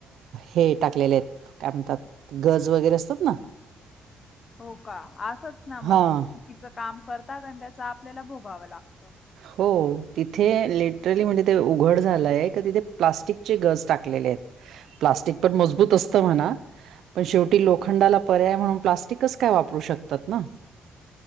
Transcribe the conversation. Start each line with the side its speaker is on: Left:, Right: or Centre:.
Right: हे टाकलेलेत. काय म्हणतात? गज वगैरे असतात ना.
Left: हो का? असच ना मग,
Right: हा
Left: चुकीचं काम करतात. आणि त्याच आपल्याला भोगावं लागतं. ह <unintelligible>
Right: हो. तिथे लिटरली म्हणजे ते उघड झालंय. का तिथे प्लास्टिकचे गज टाकलेलेत. प्लास्टिक पण मबूत अस म्हणा. पण शेवटी लोखंडाला पर्याय म्हणून प्लास्टिक कस काय वापरू शकतात ना.